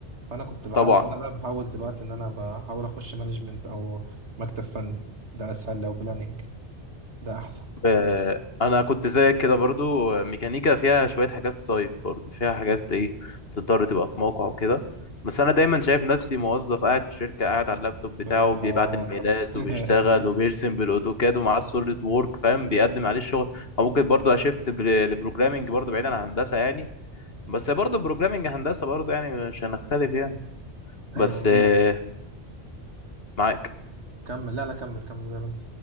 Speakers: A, on the right; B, on the left.
A: فانا كنت بحاول
B: طبعا
A: فانا بقى بحاول دلوقتي ان انا بحاول اخش مانجمنت او مكتب فني ده اسهل لو بلاننج ده احسن
B: آه، انا كنت زيك كده برضو آه، ميكانيكا فيها شويه حاجات سايد برضو فيها حاجات ايه تضطر تبقى في موقع وكده بس انا دايما شايف نفسي موظف قاعد في شركه قاعد على اللابتوب بتاعه
A: بالظبط
B: بيبعت الميلات
A: <laughs>
B: وبيشتغل وبيرسم بالاوتوكاد ومعاه السوليد وورك فاهم بيقدم عليه الشغل او ممكن برضو اشفت بر- لبروجرامينج برضو بعيد عن هندسه يعني بس برضو بروجرامينج هندسه برضو يعني مش هنختلف يعني بس
A: ايوه بقول
B: آه،
A: لك
B: معاك
A: كمل لا لا كمل كمل زي ما انت